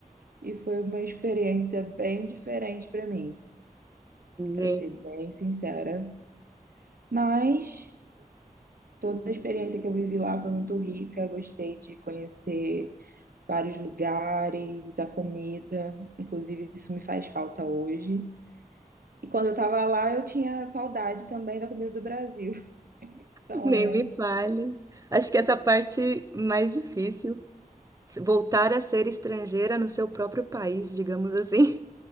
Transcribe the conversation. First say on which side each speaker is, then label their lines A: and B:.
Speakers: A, on the right (about 85°); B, on the right (about 25°).
A: E foi uma experiência bem diferente para mim, para
B: Nem,
A: ser bem sincera. Mas Toda a experiência que eu vivi lá foi muito rica. Gostei de conhecer vários lugares, a comida. Inclusive, isso me faz falta hoje. E quando eu estava lá, eu tinha saudade também da comida do Brasil. <laughs>
B: <laughs>
A: Então,
B: nem
A: é,
B: me fale. Acho que essa parte mais difícil, voltar a ser estrangeira no seu próprio país, digamos assim.